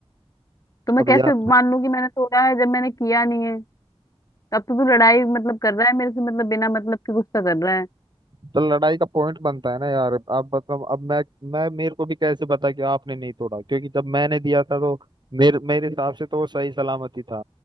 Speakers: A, on the left (about 35°); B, on the right (about 45°).
A: तो मैं
B: अब
A: कैसे
B: यार
A: मान लूं कि मैंने तोड़ा है जब मैंने किया नहीं है तब तो तू लड़ाई मतलब कर रहा है मेरे से मतलब बिना मतलब के गुस्सा कर रहा है
B: तो लड़ाई का पॉइंट बनता है ना यार अब मतलब अब मैं मैं मेरे को भी कैसे पता कि आपने नहीं तोड़ा क्योंकि जब मैंने दिया था तो मेरे मेरे हिसाब से तो वो सही सलामत ही था